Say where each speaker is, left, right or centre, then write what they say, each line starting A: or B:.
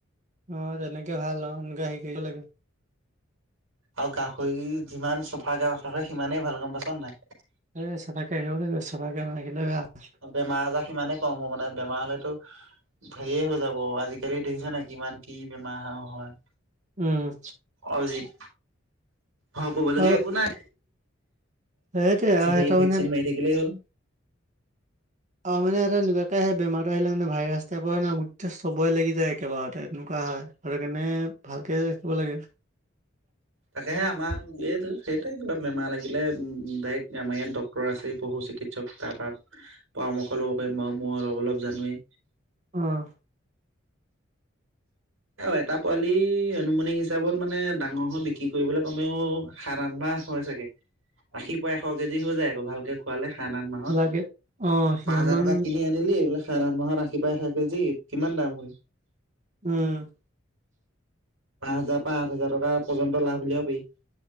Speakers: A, on the right (about 35°); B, on the right (about 85°).
A: অহ, তেনেকে ভাল অহ' তেনেকুৱা শিকিব লাগিব।
B: আৰু গাহৰি যিমান চফাকে ৰখা হয় সিমানেই ভাল গম পাইছানে নাই।
A: এ চফাকে ৰাখিব লাগিব, চফাকে নাৰাখিলে বেয়া হ'ব।
B: বেমাৰ আজাৰ সিমানে কম হ'ব, মানে বেমাৰ হ'লেতো হেৰিয়ে হৈ যাব আজিকালি দেখিছেনে, কিমান কি বেমাৰ হয়।
A: উম।
B: অজিত। অহ', ক'বলগীয়া
A: আৰু
B: একো নাই,
A: সেইটোৱে আৰু
B: হেৰি
A: সিহঁতৰ
B: ভেকচিন
A: মানে
B: মাৰি থাকিলেই হ'ল।
A: অহ, মানে এটা এনেকুৱাকে আহে বেমাৰটো আহিলে মানে ভাইৰাছ টাইপৰ ন' গোটেই চবৰে লাগি যায় একেবাৰেতে এনেকুৱা হয়। তাৰকাৰণে ভালকে ৰাখিব লাগে।
B: তাকেহে আমাৰ এইটো সেই তে' কিবা বেমাৰ লাগিলে, ডাইৰেক্ট আমাৰ ইয়াত ডক্তৰ আছে এই পশু চিকিৎ চিকিৎসক তাৰপৰা পৰামৰ্শ ল'ব পাৰিম, মই-মই অলপ অলপ জানোৱেই।
A: অহ।
B: অহ, এটা পোৱালি আনুমানিক হিচাপত মানে ডাঙৰ হৈ বিক্ৰী কৰিবলৈ কমেও সাত আঠ মাহ হৈ চাগে, আশীৰ পৰা এশ কেজি হৈ যায় আকৌ ভালকে। খোৱালে সাত‌ আঠ মাহত,
A: লাগে অ সিমান
B: পাঁচ হাজাৰ
A: মান
B: টকাত কিনি আনিলি এইবিলাক সাত আঠ মাহত আশিৰ পৰা এশ কেজি কিমান দাম হ'ল।
A: উম।
B: পাঁচ হাজাৰ পা‌ৰা আঠ হাজাৰ টকা পৰ্যন্ত লাভ উলিয়াব পাৰি।